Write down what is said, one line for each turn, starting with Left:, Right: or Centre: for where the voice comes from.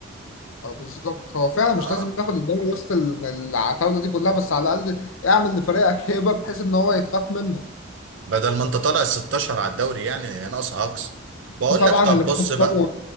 Left: اه بالظبط هو فعلا مش
Right: اه
Left: لازم ياخد الدوري وسط ال- العتاوله دي كلها بس على الاقل اعمل لفريقك هيبه بحيث ان هو يتخاف منه
Right: بدل ما انت طالع ال 16 على الدوري يعني ناقص هاكس بقول
Left: وطبعا
Right: لك طب
Left: اللي
Right: بص
Left: بنكسبه
Right: بقى